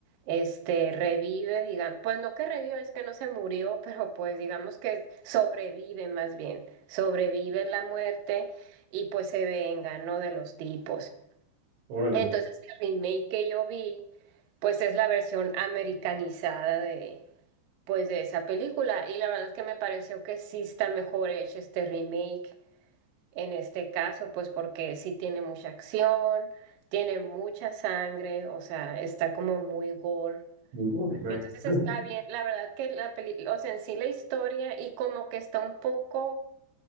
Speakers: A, on the right; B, on the right.
A: este, revive, digan, pues no que revive, es que no se murió, <laughs> pero pues digamos que sobrevive más bien, sobrevive la muerte y pues se venga, ¿no? De los tipos.
B: órale,
A: Entonces el remake que yo vi, pues es la versión americanizada de... Pues de esa película, y la verdad es que me pareció que sí está mejor hecho este remake. En este caso, pues porque sí tiene mucha acción, tiene mucha sangre, o sea, está como muy gore.
B: muy gore, right.
A: Entonces
B: <laughs>
A: está bien, la verdad que la película, o sea, en sí la historia y como que está un poco